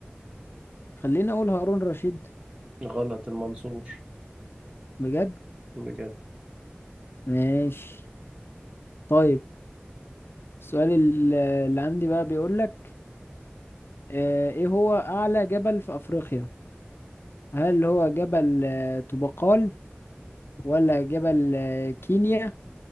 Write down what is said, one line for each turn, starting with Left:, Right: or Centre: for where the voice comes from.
Left: خليني اقول هارون رشيد
Right: غلط المنصور
Left: بجد
Right: بجد
Left: ماشي طيب السؤال ال- اللي عندي بقى بيقول لك آه، ايه هو اعلى جبل في افريقيا هل هو جبل آه، طوبقال ولا جبل آه، كينيا